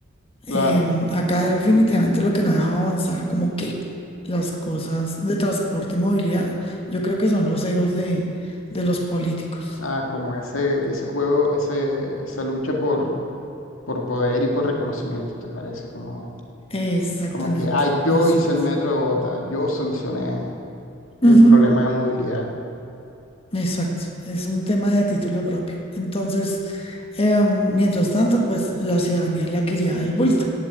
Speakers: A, on the left (about 75°); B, on the left (about 30°).
A: claro.
B: Em, acá definitivamente lo que no ha dejado avanzar, como que las cosas de transporte y movilidad, yo creo que son los egos de, de los políticos.
A: a como ese, ese juego, ese, esa lucha por, por poder y por reconocimiento, ¿te parece? Como,
B: Exactamente,
A: como que, ay, yo
B: exacto.
A: hice el metro de Bogotá, yo solucioné el
B: Ujú,
A: problema de movilidad.
B: exacto, es un tema de a título propio. Entonces, em, mientras tanto, pues la ciudadanía es la que lleva el bulto,